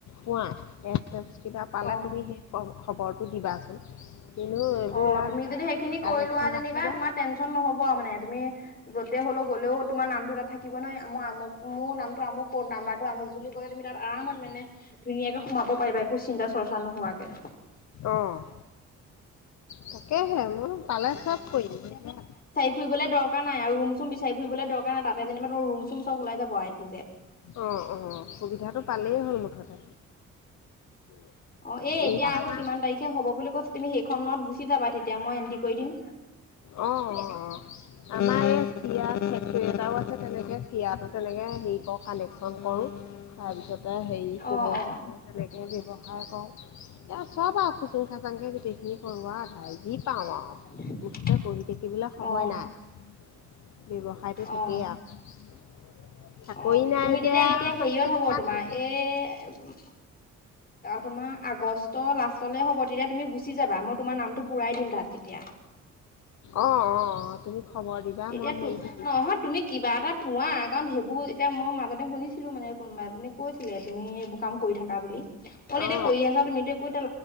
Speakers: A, on the left; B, on the left.
A: পোৱা, এপছ চেপ কিবা
B: অ
A: তুমি সেই খবৰটো দিবাচোন। কিন্তু এইবোৰ
B: অ'
A: লাগ
B: তুমি যদি সেইখিনি
A: কানেকশ্যন
B: কৰি লোৱা যেনিবা
A: ৰাখিবা
B: তোমাৰ টেনচন নহব আৰু মানে তুমি। যতে হ'লেও গ'লেও তোমাৰ নামটো এটা থাকিব নহয় মোৰ আমোক মোৰ নামটো আমুক কত নাম্বাৰটো আমুক বুলি। লে তুমি তাত আৰামত মানে ধুনীয়াকে সোমাব পাৰিবা একো চিন্তা চৰ্চা নোহোৱাকে।
A: অ' তাকেহে মই পালে চপ কৰিম।
B: ফুৰিলৈ দৰকাৰ নাই আৰু ৰুম চুম বিচাৰি ফুৰিবলৈ দকাৰ নাই তাতে যেনিবা তোৰ ৰুম চম চব ওলাই যাব এ টো জেড।
A: অঁ অঁ সুবিধাটো পালেই হ'ল মুঠতে।
B: অ এ এতিয়া
A: ইয়াত
B: আকৌ
A: আমাৰ
B: কিমান তাৰিখে হ'ব বুলি কৈছ তুমি সেইখনত গুচি যাবা তেতিয়া মই এণ্ট্ৰি কৰি দিম।
A: অ' অ' অ'। আমাৰ এই চিৰা ফেক্টী এটাও আছে তেনেকে চিৰা তেনেকে হেৰি কৰ কালেকচন কৰো। তাৰপিছতে হেৰি কোমল
B: অ অ
A: চাউল তেনেকে ব্যৱসায় কৰো। এ চব আৰু খুচুং খাজাং কে গোটেই খিনি কৰোৱাধাই যি পাওঁ আৰু।
B: <unintelligible>
A: তথাপে বহি থাকিবলৈ সময়
B: অ
A: নাই আৰু ব্যৱসায়টো থাকেই
B: অ
A: আৰু। চাকৰি
B: অ'
A: নাই
B: তুমি
A: যে
B: তেতিয়া এতিয়া
A: আৰু
B: হেৰিয়ত
A: মালিকে
B: হ'ব
A: কিমান
B: তোমাৰ
A: কৰিব
B: এই তোমাৰ আগষ্ট লাষ্টলে হ'ব তেতিয়া তুমি গুচি যাবা মই তোমাৰ নামটো পুৰাই দিম তাত। তেতিয়া।
A: অ অ তুমি খবৰ দিবা
B: তেতিয়া
A: মই
B: তো
A: হেৰি
B: নহয় তুমি কিবা এটা পোৱা কাৰণ সেইবোৰ এতিয়া মই মাজতে শুনিছিলো মানে কোনোবা এজনীয়ে কৈছিল তুমি এইবোৰ কাম কৰি থাকা বুলি। অললে এতিয়া
A: অ
B: কৰি আছা তুমিতো একো এতিয়া